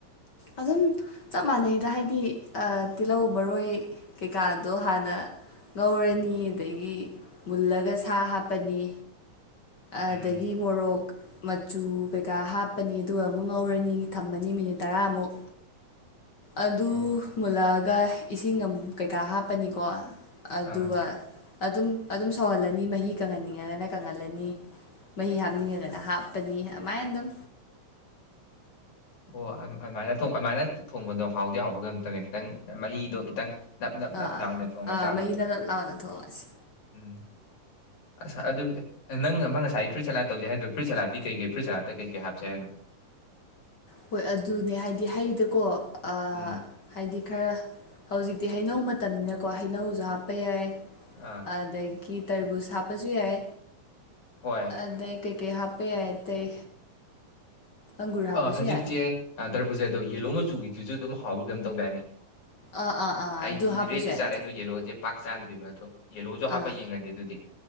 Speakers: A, on the left; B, on the left.
A: ꯑꯗꯨꯝ ꯆꯞ ꯃꯥꯟꯅꯩꯗ ꯍꯥꯏꯗꯤ ꯇꯤꯜꯍꯧ ꯃꯔꯣꯏ ꯀꯩꯀꯥꯗꯣ ꯍꯥꯟꯅ ꯉꯧꯔꯅꯤ ꯑꯗꯩꯒꯤ ꯃꯨꯜꯂꯒ ꯁꯥ ꯍꯥꯞꯄꯅꯤ
B: ꯎꯝ
A: ꯑꯗꯒꯤ ꯃꯣꯔꯣꯛ ꯃꯆꯨ ꯀꯩꯀꯥ ꯍꯥꯞꯄꯅꯤ ꯑꯗꯨꯒ ꯑꯃꯨꯛ ꯉꯧꯔꯅꯤ ꯊꯝꯃꯅꯤ ꯃꯤꯅꯤꯠ ꯇꯔꯥꯃꯨꯛ ꯑꯗꯨ
B: ꯎꯝ
A: ꯃꯨꯂꯥꯛ ꯒ ꯏꯁꯤꯡ ꯑꯃꯨꯛ ꯀꯩꯀꯥ ꯍꯥꯞꯄꯅꯤꯀꯣ ꯑꯗꯨꯒ
B: ꯑꯥ
A: ꯑꯗꯨꯝ ꯑꯗꯨꯝ ꯁꯧꯍꯜꯂꯅꯤ ꯃꯍꯤ ꯀꯪꯍꯟꯅꯤꯡꯉꯒꯅ ꯀꯪꯍꯜꯂꯅꯤ ꯃꯍꯤ ꯍꯥꯞꯅꯤꯡꯉꯒꯅ ꯍꯥꯞꯄꯅꯤ ꯑꯗꯨꯃꯥꯏꯅ ꯑꯗꯨꯝ
B: ꯑꯣ ꯑꯗꯨꯃꯥꯏꯅ ꯑꯗꯨꯃꯥꯏꯅ ꯊꯣꯡꯕꯗꯣ ꯍꯥꯎꯗꯤ ꯍꯥꯎꯕꯒ ꯑꯝꯇꯅꯦ ꯈꯤꯇꯪ ꯃꯍꯤꯗꯣ ꯈꯤꯇꯪ ꯅꯞ ꯅꯞ ꯂꯞ
A: ꯑꯥ ꯑꯥ
B: ꯂꯥꯎꯅ ꯊꯣꯡꯉ
A: ꯑꯥ
B: ꯆꯥꯕꯗꯣ
A: ꯃꯍꯤ
B: ꯑꯗꯨꯅ
A: ꯅꯞ ꯅꯞ ꯂꯥꯎꯅ ꯊꯣꯛꯂꯛꯑꯁꯤ
B: ꯎꯝ ꯑꯁ ꯑꯗꯨ ꯅꯪ ꯑꯃ ꯉꯁꯥꯏ ꯐ꯭ꯔꯤꯠ ꯁꯂꯥꯠ ꯇꯧꯖꯦ ꯍꯥꯏꯗꯣ ꯐ꯭ꯔꯤꯠ ꯁꯂꯥꯠꯇꯤ ꯀꯩꯀꯩ ꯐ꯭ꯔꯤꯠ ꯁꯂꯥꯗꯠꯇ ꯀꯩꯀꯩ ꯍꯥꯞꯁꯦ ꯍꯥꯏꯅꯣ
A: ꯍꯣꯏ ꯑꯗꯨꯅꯦ ꯍꯥꯏꯗꯤ ꯍꯩꯗꯀꯣ ꯑꯥ
B: ꯎꯝ
A: ꯍꯥꯏꯗꯤ ꯈꯔ ꯍꯧꯖꯤꯛꯇꯤ ꯍꯩꯅꯧ ꯃꯇꯝꯅꯤꯅꯀꯣ ꯍꯩꯅꯧꯁꯨ ꯍꯥꯞꯄ ꯌꯥꯏ
B: ꯑꯥ
A: ꯑꯗꯒꯤ ꯀꯤ ꯇꯔꯕꯨꯨꯁ ꯍꯥꯞꯄ ꯁꯨ ꯌꯥꯏ
B: ꯍꯣꯏ
A: ꯑꯗꯩ ꯀꯩ ꯀꯩ ꯍꯥꯞꯄ ꯌꯥꯏ ꯑꯇꯩ ꯑꯪꯒꯨꯔ ꯍꯥꯞꯄꯁꯨ
B: ꯑ ꯍꯧꯖꯤꯛꯁꯦ
A: ꯌꯥꯏ
B: ꯇꯔꯥꯕꯨꯖꯦꯗꯣ ꯌꯦꯂꯣ ꯆꯨꯔꯤꯗꯨꯁꯨ ꯑꯗꯨꯝ ꯍꯥꯎꯋ ꯀꯩꯅꯣꯝ ꯇꯧꯗꯥꯏꯅꯦ
A: ꯑꯥ ꯑꯥ ꯑꯥ
B: ꯑꯩꯗꯤ
A: ꯑꯗꯨ ꯍꯥꯞꯄꯁꯨ
B: ꯔꯦꯠꯇꯤ
A: ꯌꯥꯏ
B: ꯆꯥꯔꯦꯗꯣ
A: ꯑꯗꯨ
B: ꯌꯦꯜꯂꯣꯁꯦ ꯄꯥꯛ ꯆꯗ꯭ꯔꯤꯕ ꯑꯗꯣ ꯌꯦꯂꯣꯁꯨ ꯍꯥꯞꯄ
A: ꯑꯥ
B: ꯌꯦꯡꯉꯒꯦ ꯑꯗꯨꯗꯤ